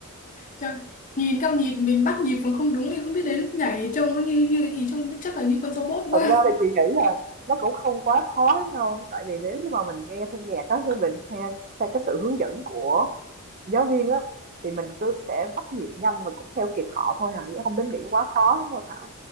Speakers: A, on the left; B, on the right.
A: Trời nhìn theo nhịp mình bắt nhịp còn không đúng thì không biết đến lúc nhảy trông nó như như cái gì trông biết chắc là như con robot quá.
B: thật ra thì chị nghĩ là nó cũng không quá khó lắm đâu tại vì nếu như mà mình nghe thân nhạc á mình theo, theo cái sự hướng dẫn của giáo viên á thì mình cứ sẽ bắt nhịp nhanh và cũng theo kịp họ thôi à chứ không đến nghĩ quá khó lắm đâu Thảo